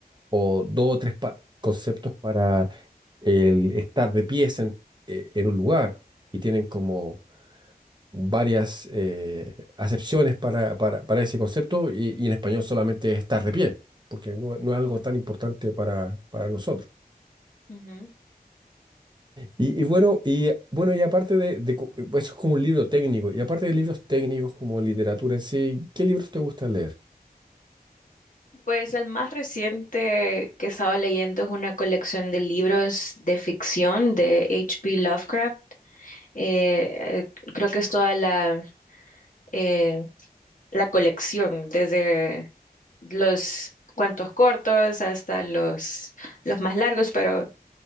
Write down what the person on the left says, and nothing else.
Ujú.
Pues el más reciente que estaba leyendo es una colección de libros de ficción de H P Lovecraft eh, eh, creo que es toda la, eh, la colección, desde los cuentos cortos hasta los, los más largos, pero